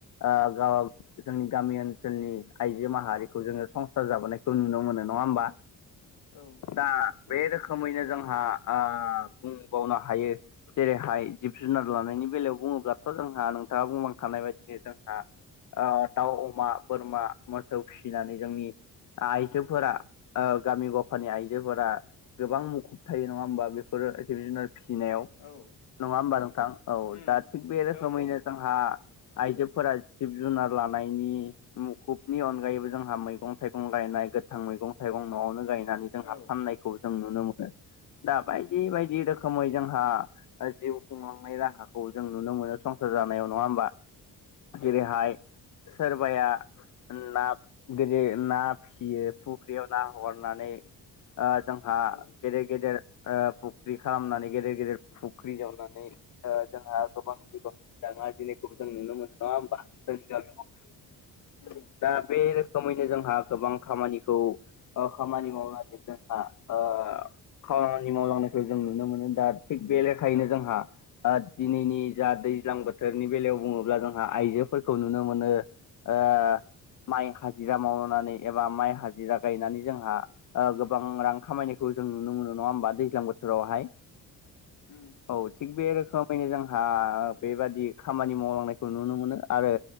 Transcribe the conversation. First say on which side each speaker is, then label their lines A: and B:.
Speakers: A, on the left (about 50°); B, on the left (about 80°).
A: ओ गावाग जोंनि गामि ओनसोलनि आइजो माहारिखौ जोङो संसार जाबोनायखौ नुनो मोनो नङा होमबा?
B: औ
A: दा बे रोखोमैनो जोंहा ओ बुंबावनो हायो जेरैहाय जिब जुनार लानायनि नि बेलायाव बुङोब्लाथ' जोंहा नोंथाङा बुंलां खानाय बायदिनो जोंहा ओद दाउ अमा बोरमा मोसौ फिसिनानै जोंनि आइजोफोरा ओ गामि गफानि आइजोफोरा गोबां मुखुब थायो नङा होमबा बेफोरो जिब जुनार फिसिनायाव
B: औ
A: नङा होमबा नोंथां औ
B: उम
A: दा थिग बे रोखोमैनो
B: औ नंगौ
A: जोंहा आइजोफोरा जिब जुनार लानायनि मुखुबनि अनगायैबो जोंहा मैगं थाइगं गायनाय गोथां मैगं थाइगं न'आवनो गाय दानि जोंहा
B: औ
A: फाननायखौ जों नुनो मोनो दा बायदि
B: उम
A: बायदि रोखोमै जों जोंहा ओ जिउ खुंलांनाय राहाखौ जों नुनो मोनो संसार जानायाव नङा होमबा? जेरैहाय
B: औ
A: सोरबाया ओ नाब गोदो ना फिसियो फुख्रियाव ना हगारनानै ओ जोंहा
B: औ
A: गेदेर गेदेर ओ फुख्रि खालामनानै गेदेर गेदेर फुख्रि जावनानै ओ जोंहा गोबां बिबांनि दा ना बिलायखौबो जों नुनो मोनो नङा होमबा जोंनि गामियाव
B: उम
A: <unintelligible> दा बे रोख खोमैनो जोंहा गोबां खामानिखौ ओ खामानि मावनानै जोंहा ओ खामानि मावलांनायखौ जों नुनो मोनो दा थिग बे लेखायैनो
B: औ
A: जोंहा ओ दिनैनि जा दैज्लां बोथोरनि बेलायाव बुङोब्ला जोंहा आइजोफोरख खौ नुनो मोनो ओ माइ हाजिरा मावनानै एबा माइ हाजिरा गायनानै जोंहा ओ गोबां रां खामायनायखौ ओ जों नुनो मोनो नङा होनबा दैज्लां बोथोरावहाय
B: उम
A: औ थिग बे रोख खोमैनो जोंहा ओ बेबादि खामानि मावलांनायखौ नुनो मोनो। आरो